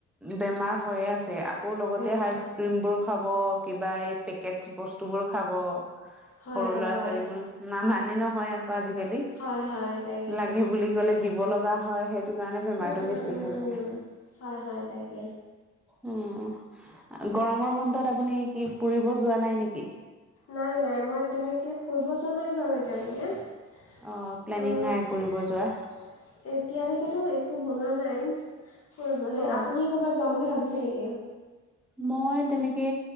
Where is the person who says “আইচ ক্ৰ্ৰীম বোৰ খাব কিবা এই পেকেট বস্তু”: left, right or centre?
Centre